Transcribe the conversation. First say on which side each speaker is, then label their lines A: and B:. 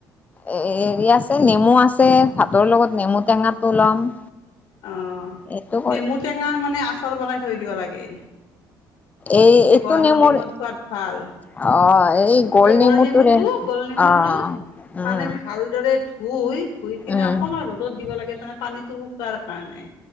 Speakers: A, on the left; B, on the left.
A: এ হেৰি আছে নেমু আছে ভাতৰ লগত নেমু টেঙাটো ল'ম।
B: অ
A: এইটো কৰে
B: নেমু টেঙাৰ মানে আচাৰ বনাই থৈ দিব লাগে।
A: এই
B: এতিয়া
A: এইটো
B: গৰমৰ
A: নেমুৰ
B: দিনত খোৱাত ভাল।
A: অ', গোল
B: এই
A: নেমুটোৰে
B: গুল নেমুটো গুল নেমুটো
A: অ', উম,
B: মানে ভালদৰে ধুই ধুই কিনে
A: উম,
B: অকণমান ৰ'দত দিব লাগে, তাৰ পানীটো শুকোৱাৰ কাৰণে।